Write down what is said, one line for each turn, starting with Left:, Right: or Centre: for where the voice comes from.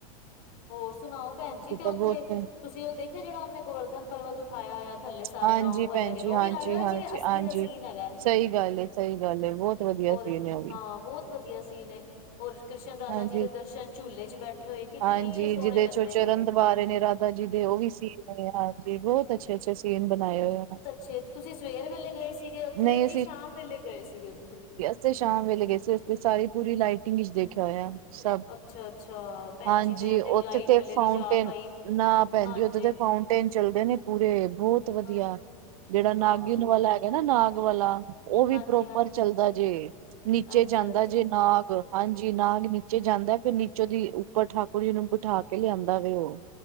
Left: ਹੋਰ ਸੁਨਾਓ ਭੈਨ ਜੀ ਤੇ ਉੱਥੇ
Right: ਬਹੁਤ
Left: ਤੁਸੀਂ ਓਹ ਦੇਖਿਆ ਜੇੜਾ ਓ ਨੇ ਗੋਵਰਧਨ ਪਰਵਤ ਉਠਾਇਆ ਹੋਇਆ ਥੱਲੇ ਸਾਰੇ
Right: ਹਾਂਜੀ
Left: ਗਾਓ ਵਾਲੇ
Right: ਭੈਣ
Left: ਹੈਗੇ ਨੇ
Right: ਜੀ
Left: ਓ
Right: ਹਾਂਜੀ
Left: ਵੀ ਲੱਗ ਰਿਆ
Right: ਹਾਂਜੀ
Left: ਜਿਵੇਂ ਅਸਲੀ
Right: ਹਾਂਜੀ
Left: ਦਾ ਸੀਨ ਹੈਗਾ।
Right: ਸਹੀ ਗੱਲ ਏ, ਸਹੀ ਗੱਲ ਏ, ਬਹੁਤ ਵਧੀਆ
Left: ਹੋਰ
Right: ਸੀਨ ਹੈ ਉਹ ਵੀ
Left: ਹਾਂ ਬੋਤ ਵਧੀਆ ਸੀਨ ਏ ਹੋਰ ਕ੍ਰਿਸ਼ਨ ਰਾਧਾ
Right: ਹਾਂਜੀ
Left: ਜੀ ਦੇ ਦਰਸ਼ਨ ਝੂਲੇ ਚ ਬੈਠੇ ਹੋਏ। ਕਿੰਨੇ
Right: ਹਾਂਜੀ
Left: ਹੀ ਸੋਹਣੇ
Right: ਜਿਦੇ
Left: ਲੱਗਦੇ
Right: ਚੋਂ ਚਰਨ
Left: ਪਏ
Right: ਦਬਾ ਰੇ ਨੇ ਰਾਧਾ ਜੀ ਦੇ ਓ ਵੀ ਸੀ ਹਾਂਜੀ ਬੋਤ ਅੱਛੇ-ਅੱਛੇ ਸੀਨ ਬਨਾਏ ਹੋਏ ਆ
Left: ਛੇ ਤੇ ਤੁਸੀਂ ਸਵੇਰ ਵੇਲੇ ਗਏ ਸੀਗੇ ਉੱਥੇ
Right: ਨਹੀਂ
Left: ਕਿ ਸ਼ਾਮ ਵੇਲੇ ਗਏ ਸੀਗੇ ੳਥੇ?
Right: ਅਸੀ ਸ਼ਾਮ ਵੇਲੇ ਗਏ ਸੀ ਸਾਰੀ ਪੂਰੀ ਲਾਈਟਿੰਗ ਇਚ ਦੇਖਿਆ ਹੋਇਆ। ਸਭ
Left: ਅੱਛਾ ਅੱਛਾ ਭੈਣ
Right: ਹਾਂਜੀ
Left: ਜੀ ਮੈਂ
Right: ਓਥੇ
Left: ਲਾਈਟ
Right: ਤੇ
Left: ਵੇਲੇ
Right: ਫਾਊਂਟੇਨ
Left: ਨੀ ਜਾ ਪਾਈ
Right: ਨਾ ਭੈਨ
Left: ਹਾਂਜੀ
Right: ਜੀ ਓਥੇ ਤੇ ਫਾਊ ਟੇਨ ਚੱਲਦੇ ਨੇ ਪੂਰੇ ਬੋਤ ਵਧੀਆ
Left: ਹਾਂ
Right: ਜੇੜਾ ਨਾਗਿਨ
Left: ਹਾਂਜੀ
Right: ਵਾਲਾ ਹ। ਹੈਗਾ ਨਾ ਨਾਗ ਵਾਲਾ ਓਹ ਵੀ
Left: ਹਾਂਜੀ
Right: ਪ੍ਰੋਪਰ
Left: ਹਾਂ
Right: ਚੱਲਦਾ ਜੇ ਨੀਚੇ
Left: ਅੱਛਾ
Right: ਜਾਂਦਾ
Left: ਅੱਛਾ
Right: ਜੇ ਨਾਗ। ਹਾਂਜੀ ਨਾਗ ਨੀਚੇ ਜਾਂਦਾ ਫੇਰ ਨੀਚੋ ਦੀ ਉੱਪਰ ਠਾਕੁਰ ਜੀ ਨੂੰ ਬਠਾ ਕੇ ਲਿਆਂਦਾ ਵੇ ਓ